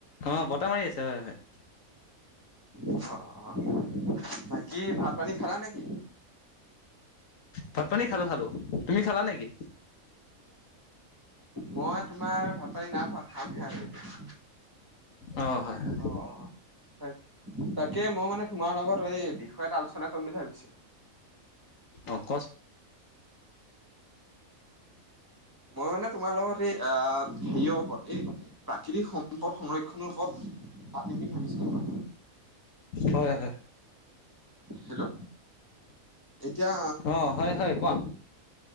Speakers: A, on the left; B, on the right.
A: অ' বতাহ মাৰি আছে হয় হয়।
B: অ', অ', অ' বাকী ভাত পানী খালা নেকি?
A: ভাত পানী খালোঁ, খালোঁ। তুমি খালা নেকি?
B: মই তোমাৰ ভাত পানী নাই খোৱা, খামহে আৰু এতিয়া।
A: অ হয় হয়
B: অ', অ'। হয়। তাকে মই মানে তোমাৰ লগত এই বিষয় এটা আলোচনা কৰিম বুলি ভাবিছিলোঁ।
A: অ' কচ
B: মই মানে তোমাৰ লগত এই অ' হেৰিয়া ওপৰত এই প্ৰাকৃতিক সম্পদ সংৰক্ষণৰ ওপৰত পাতিম বুলি ভাবিছিলোঁ।
A: হয়, হয়।
B: হেল্ল'। এতিয়া
A: অ' হয়, হয় কোৱা।